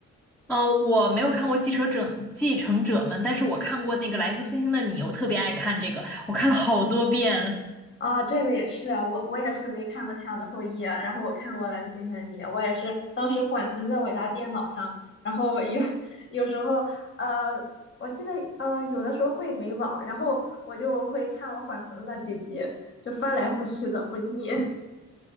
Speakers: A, in the centre; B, on the left.
A: 哦，我没有看过《继承者》《继承者们》，但是我看过那个《来自星星的你》，我特别爱看这个，我看了好多遍。
B: 啊，这个也是，我我也是没看过《太阳的后裔》，然后我看过《来自星星的你》，我也是当时缓存在我家电脑上，然后有 <laughs> 有时候呃，我记得呃有的时候会没网，然后我就会看我缓存的那几集，就翻来覆去的不腻。<laughs>